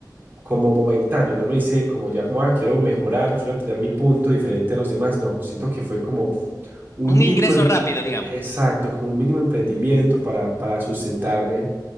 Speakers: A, on the right; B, on the left.
A: como momentáneo, no lo hice como ya como, ah, quiero mejorar, quiero tener mi punto diferente a los demás, no, siento que fue como un
B: Un
A: mínimo,
B: ingreso
A: em-
B: rápido, digamos.
A: exacto, como un mínimo emprendimiento para, para sustentarme